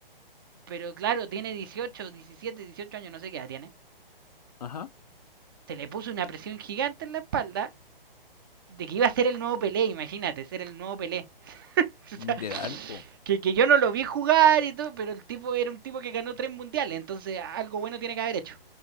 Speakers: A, on the right; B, on the left.
A: Pero claro, tiene 18, 17, 18 años, no sé qué edad tiene.
B: Ajá.
A: Se le puso una presión gigante en la espalda de que iba a ser el nuevo Pelé, imagínate, ser el nuevo Pelé. <laughs>
B: Literal, po.
A: que, que yo no lo vi jugar y todo, pero el tipo era un tipo que ganó tres mundiales, entonces algo bueno tiene que haber hecho.